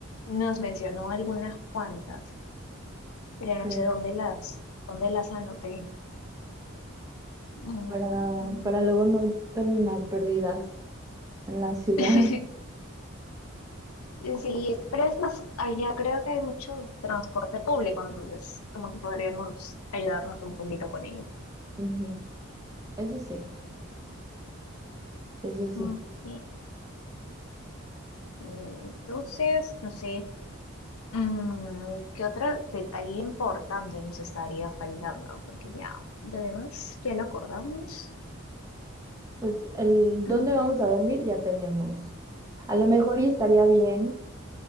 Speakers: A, on the left (about 85°); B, on the right (about 15°).
A: nos mencionó algunas cuantas, pero
B: Ok.
A: no sé dónde las, dónde las anoté. Mm.
B: Para, para luego no terminar perdidas en la ciudad.
A: <laughs> Sí, pero es más, allá creo que hay mucho transporte público, entonces como que podríamos ayudarnos un poquito con ello.
B: Ujú. Eso sí, eso sí.
A: Ok, mm, Entonces, no sé, mm, ¿qué otro detalle importante nos estaría faltando? Porque ya, lo demás ya lo acordamos.
B: Pues el dónde
A: Mm.
B: vamos a dormir ya tenemos. A lo mejor y estaría bien,